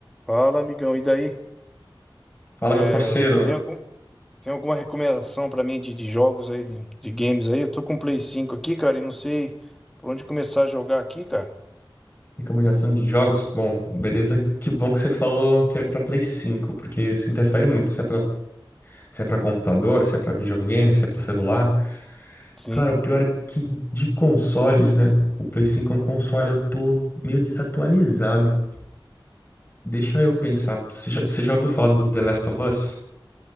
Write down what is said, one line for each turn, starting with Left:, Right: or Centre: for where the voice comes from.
Centre: Fala, amigão, e daí?
Left: Fala,
Centre: É,
Left: meu parceiro.
Centre: tem algum, tem alguma recomendação pra mim de, de jogos aí, de, de games aí? Eu tô com o Play 5 aqui, cara, e não sei por onde começar a jogar aqui, cara.
Left: Recomendação de jogos? Bom, beleza. Que bom que você falou que é pra Play 5 porque isso interfere muito. Se é pra, se é pra computador, se é pra videogame, se é pra celular.
Centre: Sim.
Left: Cara, o pior é que de consoles, né? O Play 5 é um console, eu tô meio desatualizado. Deixa eu pensar. Você já, você já ouviu falar do The Last of Us?